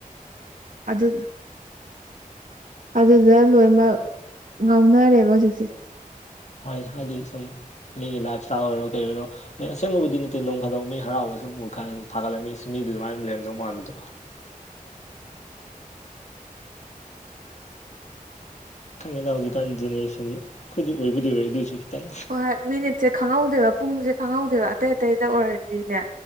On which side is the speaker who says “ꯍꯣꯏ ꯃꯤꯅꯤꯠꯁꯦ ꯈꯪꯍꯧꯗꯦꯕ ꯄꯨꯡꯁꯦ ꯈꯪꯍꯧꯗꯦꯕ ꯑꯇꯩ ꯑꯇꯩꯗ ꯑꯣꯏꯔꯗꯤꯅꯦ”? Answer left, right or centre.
Right